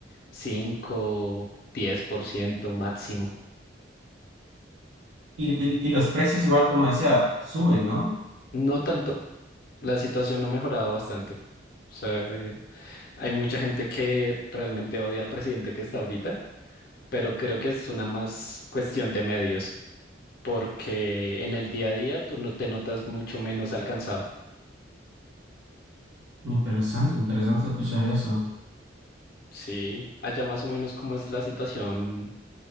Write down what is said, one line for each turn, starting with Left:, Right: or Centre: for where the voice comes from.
Left: cinco diez por ciento máximo.
Right: Y, y, y los precios igual, como decía, suben, ¿no?
Left: No tanto, la situación ha mejorado bastante. O sea, eh, hay mucha gente que realmente odia al presidente que está ahorita, pero creo que es una más cuestión de medios. porque en el día a día tú no te notas mucho menos alcanzado.
Right: Interesante, interesante escuchar eso.
Left: Sí, allá más o menos cómo es la situación